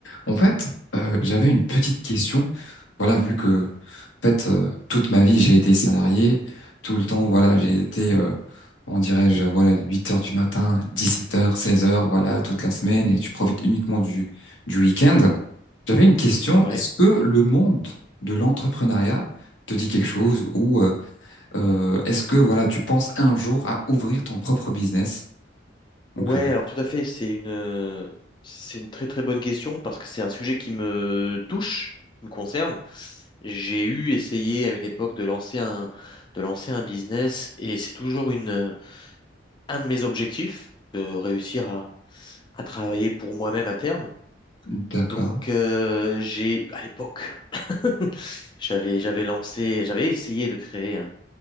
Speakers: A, on the left (about 85°); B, on the left (about 25°).
A: En fait, euh, j'avais une petite question. Voilà, vu que, en fait, euh, toute ma vie, j'ai été salarié. Tout le temps, voilà, j'ai été, euh, on dirait-je, voilà, 8 heures du matin, 17 heures, 16 heures, voilà, toute la semaine, et tu profites uniquement du, du week-end. J'avais une question.
B: Ouais.
A: Est-ce que le monde de l'entrepreneuriat te dit quelque chose ou euh, euh, est-ce que, voilà, tu penses un jour à ouvrir ton propre business? Donc,
B: Ouais,
A: euh,
B: alors tout à fait, c'est une, euh, c'est une très très bonne question parce que c'est un sujet qui me touche, qui me concerne. J'ai eu essayé à une époque de lancer un, de lancer un business et c'est toujours une, euh, un de mes objectifs de réussir à, à travailler pour moi-même à terme.
A: d'accord,
B: Donc euh, j'ai, à l'époque, <laughs> j'avais, j'avais lancé, j'avais essayé de créer un,